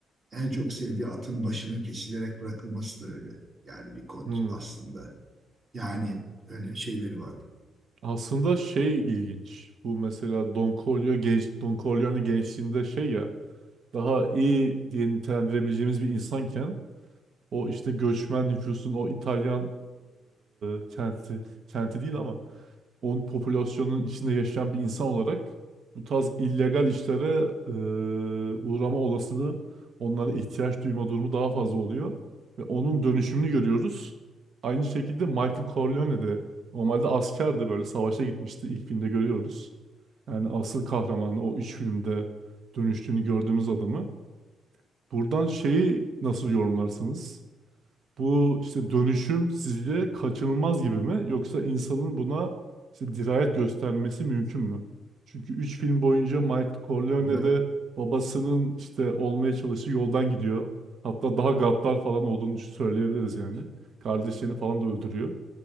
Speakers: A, on the right; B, on the right.
A: En çok sevdiği atın başının kesilerek bırakılması da öyle. Yani bir kod
B: hı hı.
A: aslında. Yani öyle şeyleri var.
B: Aslında şey ilginç. Bu mesela Don Corleone genç Don Corleone gençliğinde şey ya daha iyi diye nitelendirebileceğimiz bir insanken o işte göçmen nüfusun o İtalyan e, kenti kenti değil ama onun popülasyonun içinde yaşayan bir insan olarak bu tarz illegal işlere e, uğrama olasılığı onlara ihtiyaç duyma durumu daha fazla oluyor ve onun dönüşümünü görüyoruz. Aynı şekilde Michael Corleone de normalde askerdi böyle savaşa gitmişti ilk filmde görüyoruz. Yani asıl kahramanı o üç filmde dönüştüğünü gördüğümüz adamı Buradan şeyi nasıl yorumlarsınız? Bu işte dönüşüm sizce kaçınılmaz gibi mi? Yoksa insanın buna işte dirayet göstermesi mümkün mü? Çünkü 3 film boyunca Michael Corleone
A: Be-
B: de babasının işte olmaya çalıştığı yoldan gidiyor. Hatta daha gaddar falan olduğunu söyleyebiliriz yani. Kardeşlerini falan da öldürüyor.